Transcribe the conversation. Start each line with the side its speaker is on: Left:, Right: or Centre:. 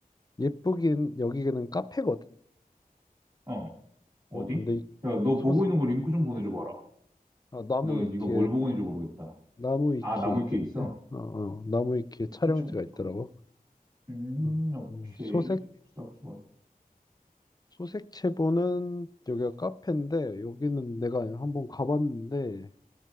Left: 예쁘긴 여기는 카페거든.
Right: 어, 어디?
Left: 어, 근데 이
Right: 야, 너
Left: 소색
Right: 보고 있는 거 링크 좀 보내줘봐라.
Left: 아, 나무
Right: 나
Left: 위키에
Right: 이거 뭘 보고 있는지 모르겠다.
Left: 나무 위키에
Right: 아, 나무위키에
Left: 있던데.
Right: 있어?
Left: 어, 어, 나무 위키에 촬영지가
Right: 그 좀,
Left: 있더라고.
Right: 그- 음,
Left: 어,
Right: 오케이.
Left: 어, 소색
Right: 싹수가.
Left: 소색 채본은 여기가 카페인데 여기는 내가 한번 가봤는데